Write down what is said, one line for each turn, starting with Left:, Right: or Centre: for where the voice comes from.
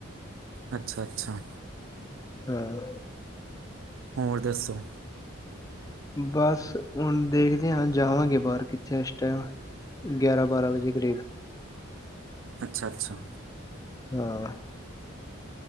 Right: ਅੱਛਾ, ਅੱਛਾ।
Left: ਹਾਂ।
Right: ਹੋਰ ਦੱਸੋ?
Left: ਬਸ ਹੁਣ ਦੇਖਦੇ ਆਂ ਜਾਵਾਂਗੇ ਬਾਹਰ ਕਿੱਥੇ ਏਸ ਟੈਮ। ਗਿਆਰਾਂ ਬਾਰਾਂ ਵਜੇ਼ ਕਰੀਬ।
Right: ਅੱਛਾ-ਅੱਛਾ।
Left: ਹਾਂ।